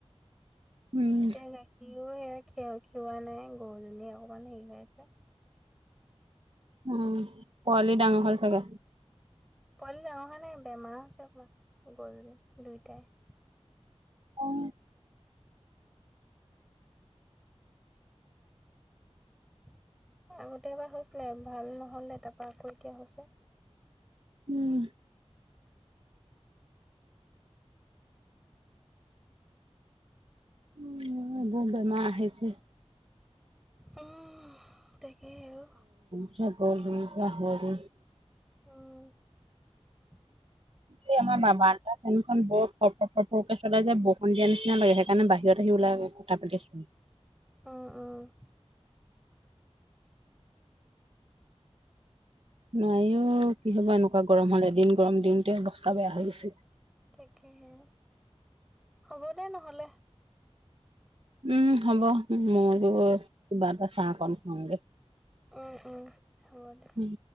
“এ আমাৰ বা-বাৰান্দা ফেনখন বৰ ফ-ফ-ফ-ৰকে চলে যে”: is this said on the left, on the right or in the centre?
Right